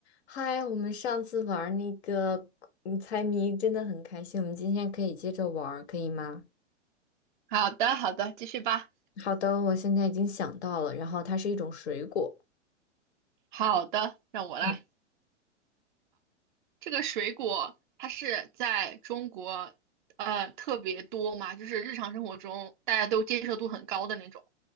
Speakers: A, on the left; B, on the right.
A: 嗨，我们上次玩儿那个嗯猜谜真的很开心，我们今天可以接着玩儿，可以吗？
B: 好的，好的，继续吧。
A: 好的，我现在已经想到了，然后它是一种水果。
B: 好的，让我来。
A: 嗯，
B: 这个水果它是在中国呃特别多嘛，就是日常生活中大家都接受度很高的那种。